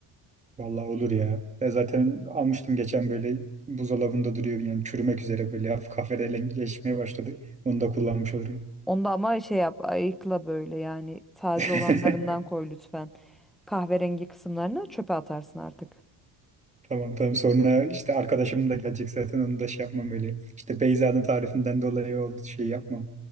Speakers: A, on the right; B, in the centre.
A: Vallahi olur ya. Ya zaten almıştım geçen böyle buzdolabında duruyor yani çürümek üzere böyle hafif kahverengileşmeye başladı. Onu da kullanmış olurum.
B: Onda ama şey yap ayıkla böyle yani taze
A: <laughs>
B: olanlarından koy lütfen. Kahverengi kısımlarını çöpe atarsın artık.
A: Tamam tamam sonra işte arkadaşım da gelecek zaten onu da şey yapmam öyle. İşte Beyza'nın tarifinden dolayı oldu şey yapmam.